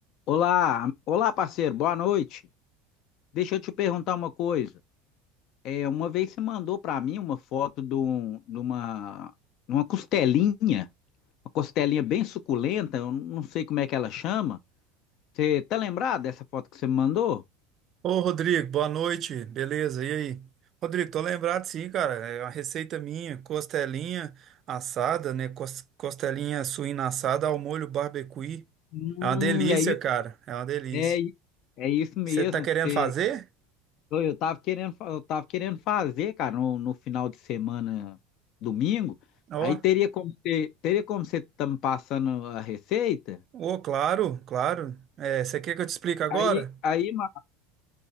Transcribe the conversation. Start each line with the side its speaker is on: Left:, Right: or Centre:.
Left: Olá, olá parceiro, boa noite. Deixa eu te perguntar uma coisa. É, uma vez você mandou para mim uma foto de, um- de uma, de uma costelinha, uma costelinha bem suculenta, eu não sei como é que ela chama. Você tá lembrado dessa foto que você me mandou?
Right: Ô, Rodrigo, boa noite, beleza? E aí? Rodrigo, tô lembrado sim, cara, é uma receita minha, costelinha assada, né? cos- Costelinha suína assada ao molho barbecue.
Left: Hum,
Right: É uma delícia,
Left: é isso,
Right: cara, é uma delícia.
Left: é, i- é isso mesmo
Right: Você tá querendo
Left: que você.
Right: fazer?
Left: Eu, eu tava querendo, fa- eu tava querendo fazer, cara, no, no final de semana, domingo.
Right: Ó,
Left: Aí teria como você, teria como você tá me passando a receita?
Right: ô, claro, claro. É, você quer que eu te explique agora?
Left: Aí, aí ma-